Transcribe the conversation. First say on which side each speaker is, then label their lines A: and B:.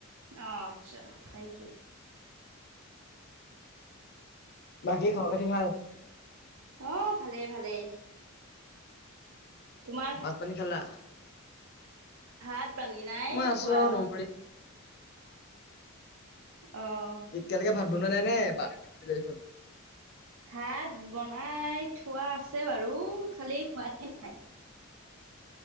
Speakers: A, on the right (about 75°); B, on the left (about 45°).
A: অহ আচ্ছা, হয় নিকি
B: বাকী খবৰ-খাতি ভাল?
A: অ', ভালেই, ভালেই। তোমাৰ?
B: ভাত-পানী খালা?
A: ভাত-পানী নাইয়ে
B: মই আছো
A: খোৱা।
B: আৰু নমৰি
A: অ'।
B: এতিয়ালৈকে ভাত বনোৱা নাই নে <unintelligible> দেখোন।
A: ভাত বনাই থোৱা আছে বাৰু, খালি খোৱাহে নাই।